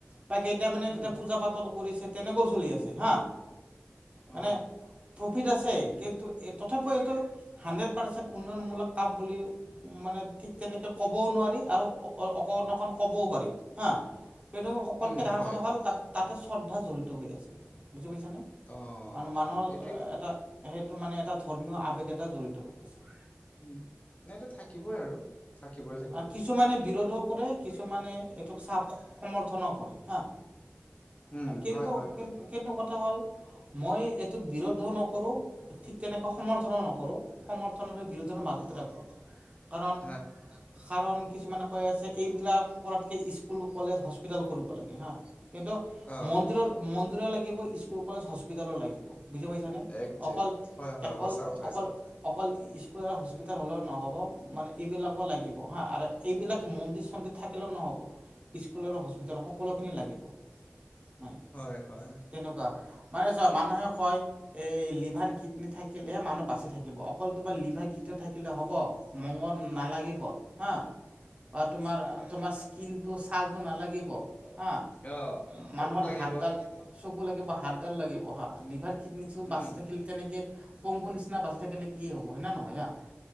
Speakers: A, on the right (about 30°); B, on the left (about 30°).
A: তাকেই মানে
B: উম
A: তাতে পূজা পাতল কৰিছে তেনেকৈ চলি আছে হা,
B: অ
A: মানে প্ৰফিট আছে কিন্তু এই তথাপি এইটো হাণ্ড্ৰেড পাৰ্চেণ্ট উন্নয়নমূলক কাম বুলি মানে ঠিক তেনেকে ক' ক'বও নোৱাৰি আৰু অ-অকণ অকণ ক'বও পাৰি হা, কিন্তু চবতকৈ
B: উম
A: ডাঙৰ
B: হয়
A: কথা হ'ল তাত তাতে শ্ৰদ্ধা জড়িত হৈ আছে, বুজি পাইিছানে?
B: অ
A: মানে মানুহৰ
B: সেইটোৱেইটো
A: এটা সেইটো মানে এটা ধৰ্মীয় আৱেগ এটা জড়িত হৈ আছে।
B: উম, সেইটো থাকিবই আৰু। থাকিবই থাকিব
A: আ, কিছুমানে বিৰোধো কৰে। কিছুমানে এইটোক চাপ সমৰ্থনো কৰে হা।
B: উম
A: কিন্তু
B: হয় হয়
A: কিন্তু কিন্তু কথা হ'ল মই এইটোক বিৰোধো নকৰোঁ, ঠিক তেনেকৈ সমৰ্থনো নকৰোঁ। সমৰ্থন আৰু বিৰোধনৰ মাজতে ৰাখোঁ কাৰণ
B: হা
A: কাৰণ কিছুমানে কৈ আছে এইবিলাক কৰাতকে স্কুল, কলেজ, হস্পিটেল কৰিব লাগে হা। কিন্তু
B: অ
A: মন্দিৰো মন্দিৰো লাগিব, স্কুল, কলেজ, হস্পিতালো লাগিব। বুজি পাইছানে?
B: একজেক্ট
A: অকল,
B: হয় হয়
A: অকল,
B: সঁচা কথা
A: অকল
B: এইটো
A: অকল স্কুল আৰু হস্পিটেল হ'লেও নহ'ব, মানে এইবিলাকো লাগিব। হা, আৰু এইবিলাক মন্দি চন্দি থাকিলেও নহ'ব। স্কুল আৰু হস্পিটেলৰ সকলোখিনি লাগিব মানে।
B: হয়, হয়।
A: তেনেকুৱা মানে চোৱা মানুহে কয় এই লিভাৰ কিডনী থাকিলেহে মানুহ বাচি থাকিব, অকল তোমাৰ লিভাৰ কিডনী থাকিলে হ'ব? মঙত নালাগিব হা। বা তোমাৰ তোমাৰ স্কিনটো ছালটো নালাগিব হা।
B: অ
A: মানুহৰ
B: চকু লাগিব
A: হাতডাল চকু লাগিব বা হাতডাল লাগিব অ' হা, লিভাৰ কিডনটো
B: উম
A: বাচি থাকিল তেনেকে পংগু নিচিনা বাচি থাকিলে কি হ'ব হয় নে নহয় আ?